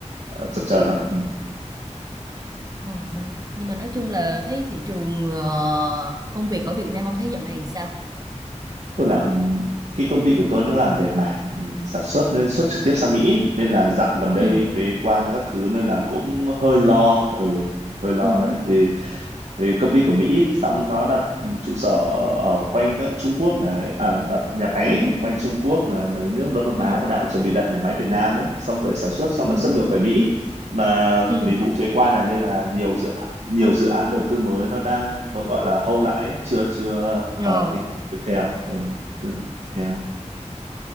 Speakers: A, on the right; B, on the right.
A: ờ, chập chờn lắm ừ.
B: Ờ, nhưng mà nói chung là thấy thị trường ờ, công việc ở Việt Nam ông thấy dạo này sao?
A: tôi làm cái công ty của tôi nó làm về mảng ừ, sản xuất nên xuất trực tiếp sang Mỹ nên là dạo gần đây
B: ừ
A: thuế quan các thứ nên là cũng hơi lo ừ, hơi lo
B: ừ
A: đấy vì vì công ty của Mỹ xong nó đặt trụ sở ở, ở quanh các Trung Quốc này à, đặt nhà máy
B: ừ
A: quanh Trung Quốc này mấy nước Đông Nam
B: ừ
A: Á và đang chuẩn bị đặt nhà máy Việt Nam đấy xong để sản xuất xong
B: ừ
A: lại xuất
B: ừ
A: ngược về Mỹ mà
B: ừ
A: vì vụ thuế quan này nên là nhiều dự án nhiều dự án đầu tư mới nó đang vẫn gọi là hold lại ấy, chưa chưa
B: Ờ,
A: có tình hình tiếp theo ừ, chưa tiếp theo